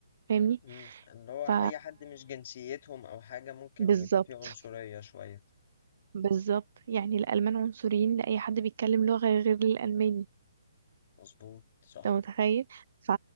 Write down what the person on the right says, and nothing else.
فاهمني؟
ف
بالظبط
بالظبط يعني الألمان عنصريين لأي حد بيتكلم لغة غير الألماني
انت متخيل ف